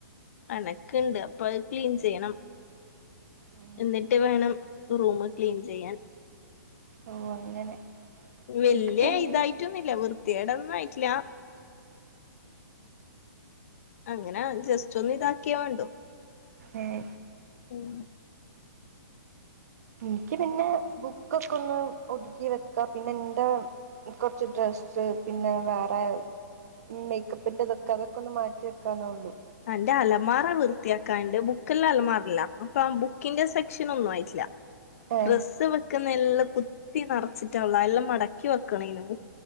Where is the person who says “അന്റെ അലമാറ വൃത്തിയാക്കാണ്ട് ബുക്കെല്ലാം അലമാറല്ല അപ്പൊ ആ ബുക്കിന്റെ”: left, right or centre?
Left